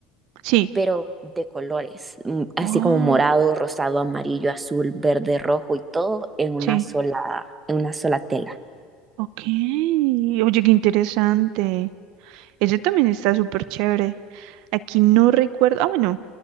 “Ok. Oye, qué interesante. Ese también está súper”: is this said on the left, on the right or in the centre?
Right